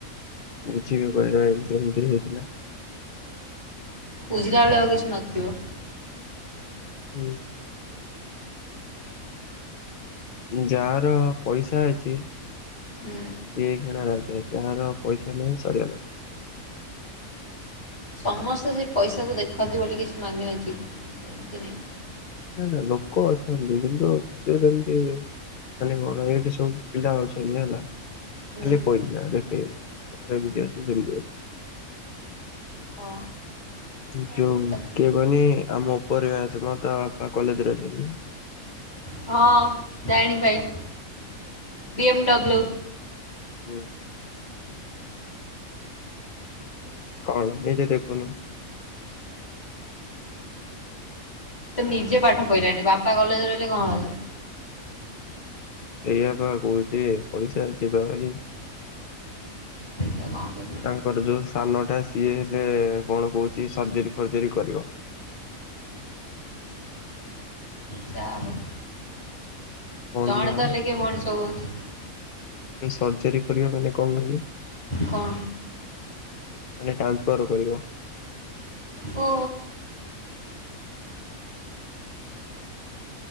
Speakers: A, on the left; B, on the left.
A: ବୁଝିବେ କହିବା ଏମତି ଏମିତି ହେଇଥିଲା।
B: ବୁଝିଲାଳୁ ଆଉ କିଛି ନଥିବ।
A: ହୁଁ। ଯାହାର ପଇସା ଅଛି
B: ହୁଁ।
A: ସିଏ କିଣା ରାଜା ଯାହାର ପଇସା ନାହିଁ ସରିଗଲା।
B: ସମସ୍ତେ ସେ ପଇସାକୁ ଦେଖନ୍ତି ବୋଲି କିଛି ମାନେ ଅଛି ସେମିତି ନାହିଁ।
A: ନା ନା ଲୋକ ଅଛନ୍ତି କିନ୍ତୁ ସେ ଯେମିତି ମାନେ କଣ ଏଇଠି ସବୁ ପିଲା ଅଛନ୍ତି ହେଲା।
B: ହୁଁ
A: ଖାଲି ପଇସା ଦେଖେଇବେ ଆମର ଏମିତି ଅଛି ସେମିତି ଅଛି।
B: ହଁ ଏଇଟା
A: ଯଉ
B: ଠିକ୍ କଥା
A: କିଏ କନି ଆମ ଓପର ବ୍ୟାଚ୍ ତା ବାପା କଲେଜ ରେ ଅଛନ୍ତି।
B: ହଁ ଜାଣି ପାଇଲି
A: ହୁଁ
B: ବି ଏମ୍ ଡବୁଲୁ।
A: ହୁଁ। କଣ ନିଜେ ଦେଖୁନୁ।
B: ତ ନିଜେ ପାଠ ପଢିଲାଣି ବାପା କଲେଜ ରହିଲେ କଣ ହେଲା।
A: ସେଇଆ ବା କହୁଛି ପଇସା ଯିବା ହାରି
B: ଏ କଁ କରିବ?
A: ତାଙ୍କର ଯୋଉ ସାନ ଟା ସିଏ ହେଲେ କଣ କହୁଛି ସର୍ଜରି ଫର୍ଜରି କରିବ।
B: ଯାଆ ହୋଉ
A: କଣ
B: ଜଣେ
A: ଦିଆହବ
B: ତ ହେଲେ କିଏ ମଣିଷ ହୁଅନ୍ତୁ।
A: ଏ ସର୍ଜରୀ କରିବା ମାନେ କଣ କରିବ?
B: କଣ
A: ମାନେ ଟ୍ରାନ୍ସଫର କରିବ।
B: ଓ।